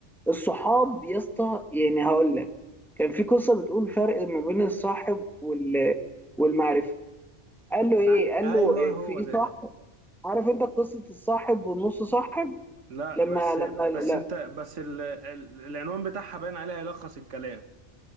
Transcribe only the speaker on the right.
أ-
ايوه
هو
ده
لا
بس
بس انت بس ال... ال... العنوان بتاعها باين عليها يلخص الكلام